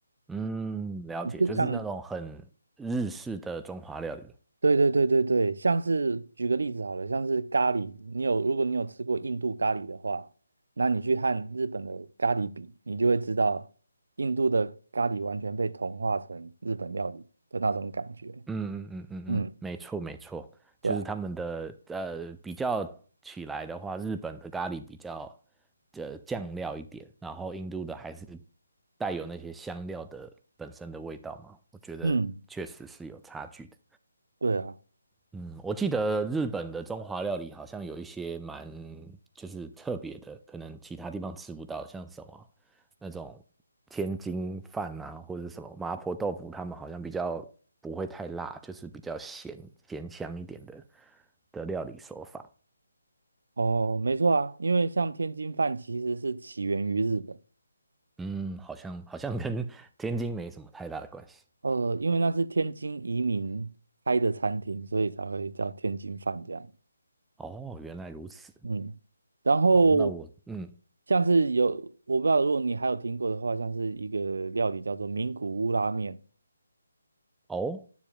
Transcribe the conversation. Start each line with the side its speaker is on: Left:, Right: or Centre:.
Centre: 嗯，了解，
Right: 你就像
Centre: 就是那种很日式的中华料理。
Right: 对对对对对，像是举个例子好了，像是咖喱，你有如果你有吃过印度咖喱的话，那你去和日本的咖喱比，你就会知道印度的咖喱完全被同化成日本料理的那种感觉。
Centre: 嗯嗯嗯嗯嗯，
Right: 嗯，
Centre: 没错没错，
Right: 对啊，
Centre: 就是他们的呃比较起来的话，日本的咖喱比较呃酱料一点，然后印度的还是带有那些香料的本身的味道嘛，我觉得确实是有差距的。
Right: 嗯，对啊，
Centre: 嗯，我记得日本的中华料理好像有一些蛮就是特别的，可能其他地方吃不到，像什么那种天津饭啊，或者是什么麻婆豆腐，他们好像比较不会太辣，就是比较咸咸香一点的的料理手法。
Right: 哦，没错啊，因为像天津饭其实是起源于日本，
Centre: 嗯，好像好像跟天津没什么太大的关系。
Right: 呃，因为那是天津移民开的餐厅，所以才会叫天津饭这样。
Centre: 哦，原来如此。
Right: 嗯，然后
Centre: 好，那我嗯
Right: 像是有，我不知道如果你还有听过的话，像是一个料理叫做名古屋拉面，
Centre: 哦，